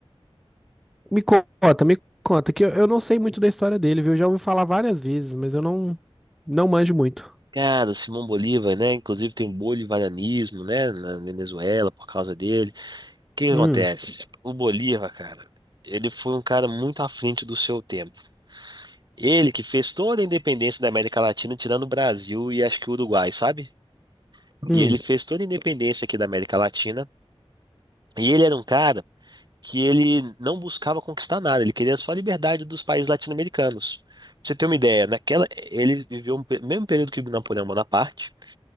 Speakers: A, in the centre; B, on the right.
A: Me conta, me conta, que eu, eu não sei muito da história dele, viu? Eu já ouvi falar várias vezes, mas eu não, não manjo muito.
B: Cara, o Simão Bolívar, né? Inclusive tem o bolivarianismo, né? Na Venezuela, por causa dele. O que que
A: Hum,
B: acontece? O Bolívar, cara, ele foi um cara muito à frente do seu tempo. Ele que fez toda a independência da América Latina, tirando o Brasil e acho que o Uruguai, sabe?
A: hum,
B: E ele fez toda a independência aqui da América Latina. E ele era um cara que ele não buscava conquistar nada, ele queria só a liberdade dos países latino-americanos. Pra você ter uma ideia, naquela ele viveu o mesmo período que Napoleão Bonaparte